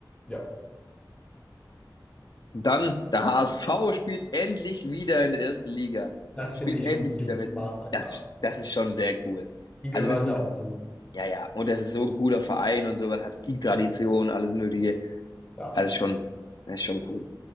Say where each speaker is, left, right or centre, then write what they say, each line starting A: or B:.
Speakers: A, on the left (about 15°); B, on the left (about 60°).
A: ja.
B: Dann der HSV spielt endlich wieder in der ersten Liga.
A: Das
B: Spielt
A: finde ich
B: endlich
A: schon wirklich
B: wieder mit.
A: Masterclass.
B: Das, das ist schon sehr cool.
A: Die
B: Also
A: gehören
B: das,
A: da auch hin.
B: ja, ja. Und das ist so ein cooler Verein und sowas. Hat viel Tradition,
A: Ja,
B: alles Mögliche.
A: ja, absolut.
B: Also schon, das ist schon cool.